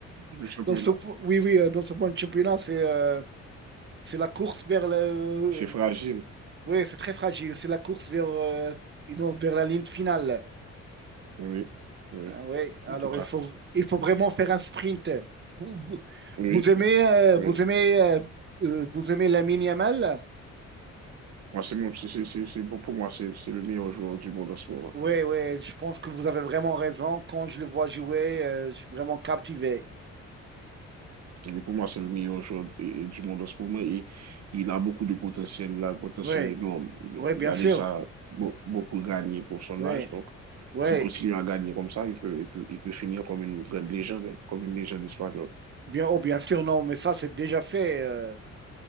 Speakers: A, on the right (about 60°); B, on the right (about 40°).
A: Le championnat,
B: dans ce, po- oui, oui, euh, dans ce point de championnat, c'est euh, c'est la course vers le,
A: c'est fragile.
B: Oui, c'est très fragile. C'est la course vers, euh, une autre- vers la ligne finale.
A: Oui, oui,
B: Hein, oui, alors
A: en tout cas.
B: il faut, il faut vraiment faire un sprint. Vous, vous-
A: Oui,
B: vous aimez, euh,
A: oui.
B: vous aimez, euh, euh, vous aimez Lamine Yamal?
A: Moi, c'est mon, c'est, c'est, c'est- c'est- pour pour moi, c'est, c'est le meilleur joueur du monde en ce moment.
B: Oui, oui, je pense que vous avez vraiment raison. Quand je le vois jouer, euh, je suis vraiment captivé.
A: Et pour moi, c'est le meilleur joueur et- et du monde en ce moment et il a beaucoup de potentiel, il a un potentiel
B: Oui,
A: énorme. Il,
B: oui, bien
A: il a
B: sûr.
A: déjà beau- beaucoup gagné pour son
B: Oui,
A: âge, donc
B: oui,
A: s'il continue à gagner comme ça, il peut, il peut, il peut finir comme une grande légende, hein, comme une légende espagnole.
B: bien, oh, bien sûr, non, mais ça, c'est déjà fait. euh,